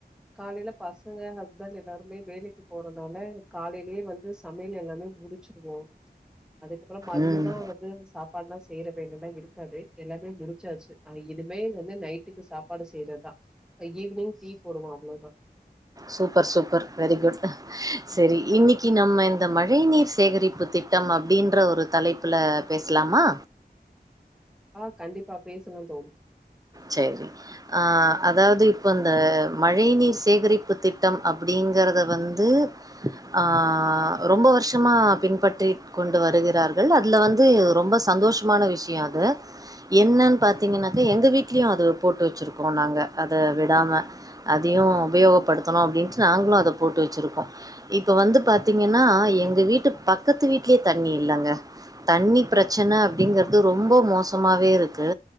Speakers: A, in the centre; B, on the right.
A: காலைல பசங்க ஹஸ்பண்ட் எல்லாருமே வேலைக்கு போற அதனால காலையிலேயே வந்து சமையல் எல்லாமே முடிச்சிருவோ அதுக்கப்புற மதியமா
B: ம்
A: வந்து சாப்பாடுல்லா செஞ் செய்யற வேலலா எல்லா இருக்காது எல்லாமே முடிச்சாச்சு இனிமே வந்து நைட்டுக்கு சாப் சாப்பாடு செய்யறதா ஈவினிங் டீ போடுவோ அவ்ளோதா
B: சூப்பர் சூப்பர் வெரி குட் சரி இன்னிக்கி நம்ம இந்த மழை நீர் சேகரிப்பு திட் நம்ம அப்டின்ற ஒரு தலைப்புல பேசலாமா
A: ஆ கண்டிப்பா பேசுங்க தோழி
B: சரி ஆ அதாவது இப்ப இந்த மழை நீர் சேகரிப்பு திட்டம் அப்டி ங்கறத வந்து ஆ ரொம்ப வருஷமா பின்பற்றி கொண்டு வருகிற றார்கள் அதுல வந்து ரொம்ப சந்தோஷமான விஷய அது என்னன்னு பாத்தீங்கன்னாக்கா எங்க வீட் லயு போட்டு வச்சிருக்கோ நாங்க அத விடாம அதையு உபயோகப்படுத்தணு அப்டின்டு நாங் களு அத போட்டு வச்சிருக்கோ இப்ப வந்து பாத்தீங்கன்னா எங்க வீட்டு பக்கத்து வீட்லயே தண்ணி இல்லங்க தண்ணி பிரச்சன அப்படிங்கிறது ரொம்ப மோசமாவே இருக்கு